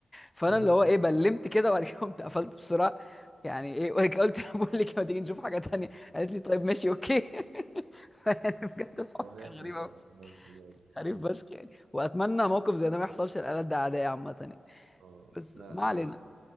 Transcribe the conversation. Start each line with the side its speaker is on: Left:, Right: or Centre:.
Left: فانا
Right: <laughs>
Left: اللي هو ايه بلمت كده وبعد كده قمت قفلت بسرعه يعني ايه وقلت لها بقول لك ما تيجي نشوف حاجه تانية قالت لي طيب ماشي اوكي <laughs> يعني بجد الحوار
Right: هو لازم
Left: كان غريب
Right: طبعا
Left: قوي
Right: لازم لازم
Left: غريب
Right: لازم
Left: فشخ يعني واتمنى موقف زي ده ما يحصلش لآلات ده عاديه عامه يعني
Right: اه
Left: بس
Right: لا
Left: ما علينا
Right: انا